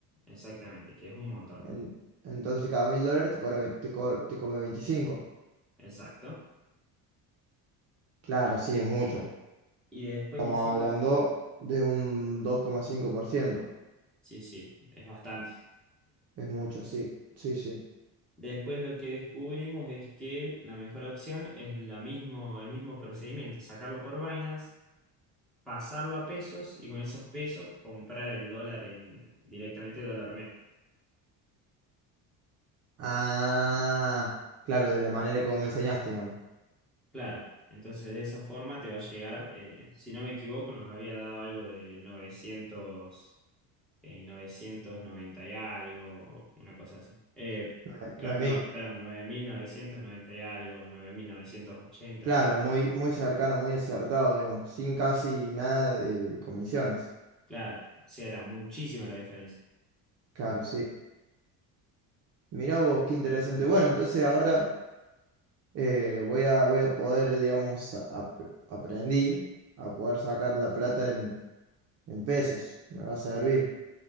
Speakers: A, in the centre; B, on the right (about 40°).
A: exactamente, que es un montón,
B: En- entonces, cada mil dólares te, cobra vein- te, co- te come 25.
A: exacto.
B: Claro, sí, es mucho.
A: Y después
B: Estamos
A: hicimos,
B: hablando de un dos coma cinco por ciento.
A: sí, sí, es bastante.
B: Es mucho, sí, sí, sí.
A: Después lo que descubrimos es que la mejor opción es la mismo, el mismo procedimiento, sacarlo por Binance, pasarlo a pesos y con esos pesos comprar el dólar en, directamente dólar MEP.
B: Ah, claro, de la manera como me enseñaste, digamos.
A: Claro, entonces de esa forma te va a llegar, eh, si no me equivoco, nos había dado algo de novecientos eh, 990 y algo, una cosa así. Eh,
B: Nue-
A: claro,
B: nueve mil
A: no, perdón, 9.990 y algo, 9.980
B: Claro,
A: una cosa
B: muy,
A: así.
B: muy cercano, muy acertado, digamos, sin casi nada de, de comisiones.
A: Claro, o sea, era muchísima la diferencia.
B: Claro, sí. Mirá vos, qué interesante. Bueno, entonces ahora eh, voy a, voy a poder, digamos, a- ap- aprendí a poder sacar la plata en, en pesos. Me va a servir.